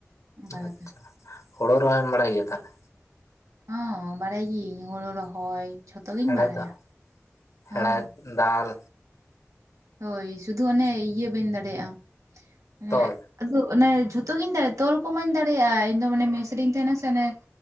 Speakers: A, on the right (about 85°); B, on the left (about 80°).
A: ᱚᱱᱠᱟ
B: ᱟᱪᱪᱷᱟ
A: ᱞᱮᱠᱟ
B: ᱦᱳᱲᱳ ᱨᱚᱦᱚᱭ ᱮᱢ ᱵᱟᱲᱟᱭ ᱜᱮᱭᱟ ᱛᱟᱦᱚᱞᱮ?
A: ᱦᱚᱸ ᱵᱟᱲᱟᱭ ᱜᱤᱭᱟᱹᱧ ᱦᱳᱲᱩ ᱨᱚᱦᱚᱭ ᱡᱷᱚᱛᱚ ᱜᱤᱧ
B: ᱦᱮᱲᱦᱮᱫ
A: ᱵᱟᱲᱟᱭᱟ
B: ᱦᱚᱸ
A: ᱦᱚᱸ
B: ᱦᱮᱲᱦᱮᱫ ᱫᱟᱞ
A: ᱦᱳᱭ ᱥᱩᱫᱩ ᱚᱱᱮ ᱤᱭᱟᱹ ᱵᱟᱹᱧ ᱫᱟᱲᱮᱭᱟᱜᱼᱟ ᱢᱟᱱᱮ
B: ᱛᱚᱞ
A: ᱟᱫᱚ ᱚᱱᱮ ᱡᱷᱩᱛᱚ ᱜᱤᱧ ᱫᱟᱲᱮᱭᱟᱜᱼᱟ ᱛᱚᱞ ᱠᱚᱢᱟᱧ ᱫᱟᱲᱮᱭᱟᱜᱼᱟ ᱤᱧᱫᱚ ᱢᱟᱱᱮ ᱢᱥᱨᱤᱧ ᱛᱟᱦᱮᱱᱟ ᱥᱮ ᱚᱱᱮ